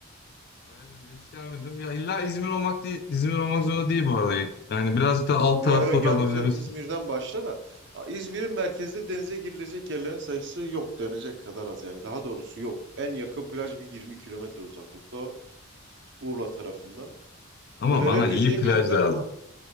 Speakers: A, on the left; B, on the right.
A: Daha önce hiç gelmedim. Ya illa İzmir olmak değil. İzmir olmak zorunda değil bu arada. Yani birazcık da alt
B: Yo
A: taraflar
B: yo gelmişsen
A: olabiliriz.
B: İzmir'den başla da a, İzmir'in merkezde denize girilecek yerlerin sayısı yok denecek kadar az yani daha doğrusu yok. En yakın plaj bir 20 kilometre uzaklıkta Urla tarafında.
A: Ama
B: Önerebileceğim
A: bana iyi plaj
B: yerler
A: lazım.
B: var.